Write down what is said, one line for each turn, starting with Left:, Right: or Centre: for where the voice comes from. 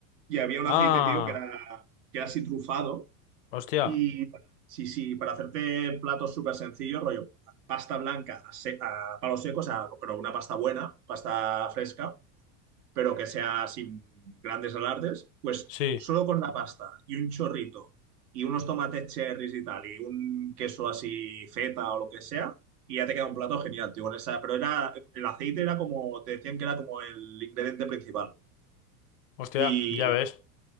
Right: y había un
Left: Ah,
Right: aceite, tío, que era, que era así trufado.
Left: hostia,
Right: Y sí, sí, para hacerte platos súper sencillos, rollo, pasta blanca a, se- a palos secos, a- pero una pasta buena, pasta fresca, pero que sea sin grandes alardes, pues
Left: sí,
Right: solo con la pasta y un chorrito y unos tomates cherries y tal, y un queso así feta o lo que sea. Y ya te queda un plato genial, tío, con esa. Pero era, el aceite era como, te decían que era como el ingrediente principal.
Left: hostia,
Right: Y,
Left: ya ves,